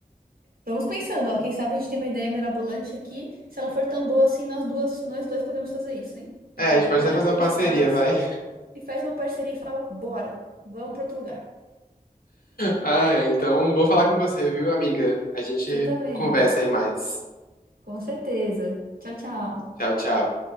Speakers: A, on the right; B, on the left.
A: Vamos pensando, ó. Quem sabe a gente tem uma ideia mirabolante aqui. Se ela for tão boa assim, nós duas, nós dois podemos fazer isso, hein? A
B: É,
A: gente
B: a gente pode
A: larga
B: até fazer
A: o
B: uma
A: que a
B: parceria,
A: gente faz
B: vai.
A: e faz uma parceria e fala: bora, vamos para outro lugar.
B: Ai, ai, então vou falar com você, viu, amiga? A gente
A: Você também,
B: conversa aí mais.
A: com certeza. Tchau, tchau.
B: Tchau, tchau.